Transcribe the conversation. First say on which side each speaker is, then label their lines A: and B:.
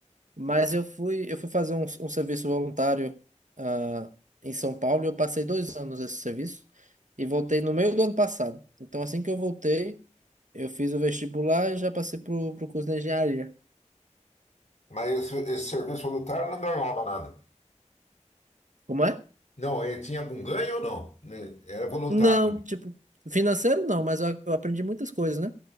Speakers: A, on the right; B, on the left.
A: mas eu fui, eu fui fazer um, um serviço voluntário ah, em São Paulo e eu passei dois anos nesse serviço e voltei no meio do ano passado. Então, assim que eu voltei, eu fiz o vestibular e já passei pro, pro curso de engenharia.
B: Mas esse, esse serviço voluntário não ganhava nada.
A: Como é?
B: Não, ele tinha algum ganho ou não? Né? Era voluntário,
A: Não, tipo, financeiro não, mas eu, eu aprendi muitas coisas, né?